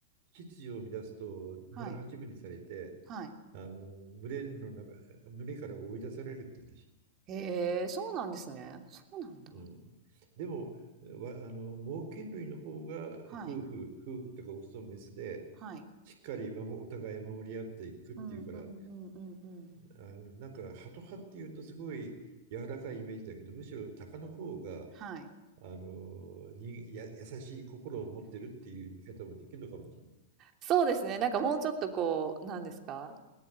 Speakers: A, on the right; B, on the right.
A: 秩序を乱すと村八分にされて、
B: はい、はい。
A: あのー、群れの中、群れから追い出されるって話。
B: へえ、そうなんですね。そうなんだ。
A: うん、でもわあの猛禽類の方が夫婦夫婦っていうかオスとメスで
B: はい、はい。
A: しっかり守お互い守り合っていくっていうから
B: うんうんうんうんうん。
A: あのなんかハト派っていうとすごい柔らかいイメージだけどむしろ鷹の方が
B: はい。
A: あのにや優しい心を持ってるっていう見方もできるのかもしれない。
B: そうですね、なんかもうちょっとこう、なんですか、